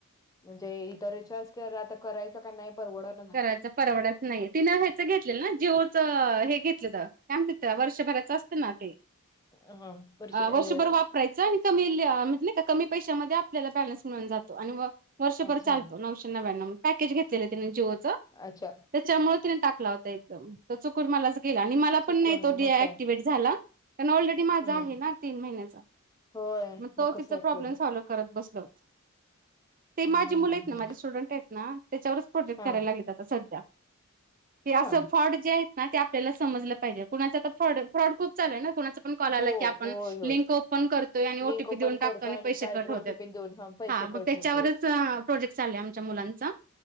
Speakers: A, on the left; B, on the right.
A: म्हणजे इथं रिचाज केला, आता करायचा का नाही परवडत
B: करायचं परवडत नाही तिनं ह्याच घेतलेलं ना जीओच हे घेतलं तर काय म्हणतेत वर्षभराच असतं ना ते,
A: ह वर्ष
B: अ...
A: ए
B: वर्षभर वापरायचं आणि कमी ल्य म्हणजे नाही का कमी पैशामध्ये आपल्याला बॅलन्स मिळून जातो आणि मग वर्षभर
A: अच्छा
B: चालतो, नऊशे नव्यानम पॅकेज घेतलेलं त्यांनी जीओ
A: अच्छा.
B: त्याच्यामुळं तिनं टाकला होता एकदम, तो चुकून मलाच गेला आणि मला
A: चुकून
B: पण नाही तो डीऍक्टिव्हट
A: मग काय
B: झाला, पण ऑलरेडी माझा
A: हम्
B: आहे ना तीन महिन्याचा,
A: होय
B: मग तो
A: कसं
B: तिचा
A: ऍक्टिवेट
B: प्रॉब्लेम साॅल्व करत बसलोत, ते
A: ह
B: माझी मुलं
A: ह
B: आहेत ना,
A: ह
B: माझी स्टुडंट आहेत ना.
A: हा
B: कराय लागलेत आता सध्या, हे
A: हा
B: असं फ्रॉड जे आहेत. ना ते आपल्याला समजलं पाहिजे, कुणाचं तर फ्रॉड, अन फ्रॉड खूप चालु आहे ना, कुणाचं पण कॉल आला
A: होय
B: की आपण
A: होय होय
B: लिंक ओपन करतोय आणि
A: लिंक
B: ओटीपी
A: ओपन
B: देऊन टाकतो
A: करतो
B: आणि पैसे कट होत्यात.
A: <unintelligible>
B: हा, मग त्याच्यावरच
A: होतेत.
B: प्रोजेक्ट चालुये आमच्या मुलांचा.